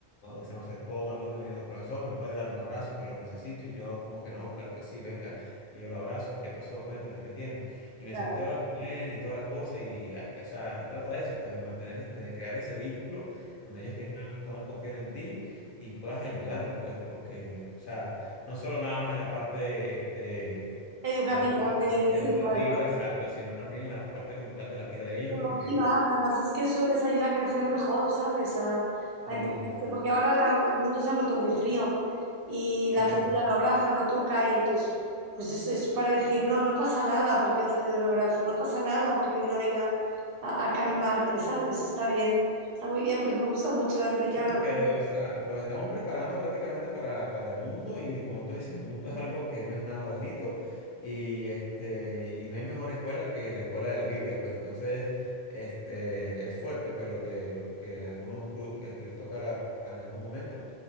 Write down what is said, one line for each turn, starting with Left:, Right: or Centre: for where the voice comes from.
Left: se me acercó un alumno y me dijo, profesor, ¿me puede dar un abrazo que lo necesito? Y yo, como que no, claro que sí, venga, y yo lo abrazo, ¿qué pasó? Cuénteme, ¿qué tiene? Y me
Right: Claro.
Left: senté a hablar con él y toda la cosa. Y, ah, o sea, se trata de eso, pues, de mantener, es- de crear ese vínculo donde ellos tengan, puedan confiar en ti y puedas ayudarlos, pues, porque, o sea, no solo nada más en la parte, este,
Right: educativa,
Left: en la parte
Right: de,
Left: pues, educativa,
Right: sí, claro, claro,
Left: exacto, sino también en la parte como tal de la vida de ellos,
Right: emotiva.
Left: porque...
Right: Además es que eso les ayuda a crecer mejor, ¿sabes? A,
Left: Sí,
Right: a entenderse, porque ahora la- el mundo se ha vuelto muy frío y
Left: sí.
Right: la gente ya no abraza, no toca y entonces, pues eso es para decir, no, no pasa nada porque uno te dé un abrazo, no pasa nada porque uno venga a, a calmarte, ¿sabes? Está bien, está muy bien, pues me gusta mucho, Enrique,
Left: Sí,
Right: hablar.
Left: porque, o sea, los estamos preparando prácticamente para, para el mundo y como tú dices, el mundo es algo que no es nada bonito y, este, y no hay mejor escuela que la escuela de la vida, pues entonces este, es fuerte pues lo que, lo que a algunos cru- este, les toca en algún momento